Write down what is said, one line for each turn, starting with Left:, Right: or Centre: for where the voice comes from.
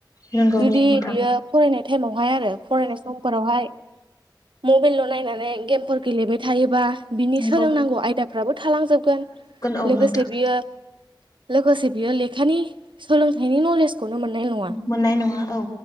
Left: नंगौ
Right: जुदि
Left: नोंथां
Right: बियो फरायनाय टाइमावहाय आरो फरायनाय समाव फोरावहाय मबाइलल' नायनानै गेमफोर गेलेबाय थायोबा बिनि
Left: नंगौ
Right: सोलोंनांगौ आयदाफ्राबो थालांजोबगोन
Left: औ
Right: लोगोसे
Left: नोंथां
Right: बियो लोगोसे बियो लेखानि सोलोंथाइनि नलेजखौनो मोननाय नङा
Left: मोननाय नङा औ